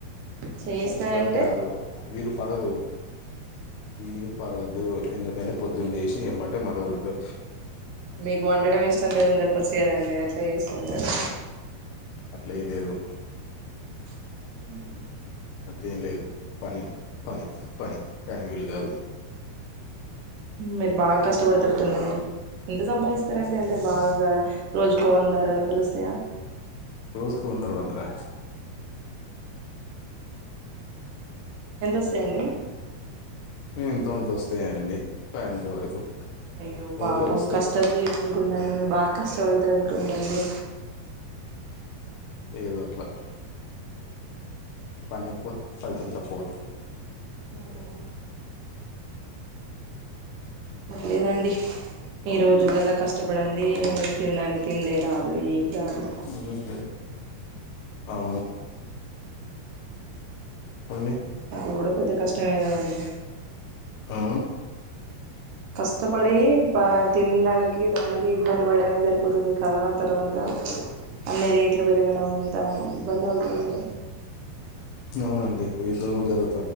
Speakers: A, on the right (about 70°); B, on the left (about 75°).
A: చేస్తాం
B: ద వీలు పడదు వీరు పడదు ద్ ఎందుకంటే పొద్దున్న లేసి ఇమ్మంటే మన రుకు
A: మీకు వండడం ఇష్టం లేదని చెప్పొచ్చు కదండి అట్లా చేస్తారు మరు
B: అట్లేం లేదు
A: మ్
B: అట్టెం లేదు పన్ పని పని టైం వీలు కాదు
A: మీరు బాగా కష్టపడతారు తుందండీ ఎంత సంపాదిస్తారండి అంటే బాగా రోజుకు వంద రెండు వందల చ్చయా
B: రోజుకు వందరు వందరా
A: ఎంతొస్తాయండి
B: ఎంతో అంత వస్తాయా అండి ఫ్యాండర్ వరకు
A: అయ్యో
B: లోపే
A: పాపం
B: వస్తాయి
A: కష్ట జీవి అనుకుంటను మీరు బాగా కష్టపడతారు అనుకుంట అండి
B: ఏదో అట్లా పని ఎక్కువ ఫలితం తక్కువ
A: ఓహ్ పర్లేదండి ఈ రోజులలా కష్టపడిడి తినడానికి కిందే రాదు ఏం రాదు
B: హ్మ్ అవును పండి
A: ఆది కూడా పెద్ద కష్టం యే కదండి
B: ఆ
A: కష్టపడి ప తినడానికి దానికి కనపడడమే జరిపోతుంది కనా తర్వాత అన్ని రేట్లు పెరగడం అంతా ఇబ్బంది అవుతుంది.
B: అవునండి ఇప్పుడు, యుద్ధము జరుగు.